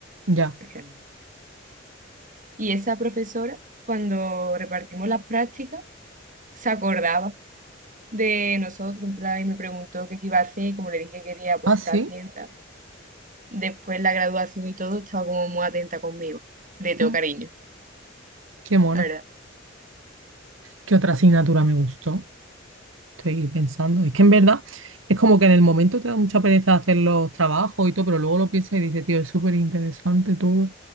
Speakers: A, on the right (about 85°); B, on the right (about 45°).
A: Ya.
B: Es que- no. Y esa profesora, cuando repartimos las prácticas, se acordaba de nosotros, en plan, y me preguntó qué iba a hacer, y como le dije que quería pues
A: Ah, sí.
B: a Hacienda, después la graduación y todo, estaba como muy atenta conmigo. Le tengo
A: mm,
B: cariño,
A: Qué mona.
B: la verdad.
A: ¿Qué otra asignatura me gustó? Estoy pensando. Es que en verdad es como que en el momento te da mucha pereza hacer los trabajos y todo, pero luego lo piensas y dices, tío, es súper interesante todo.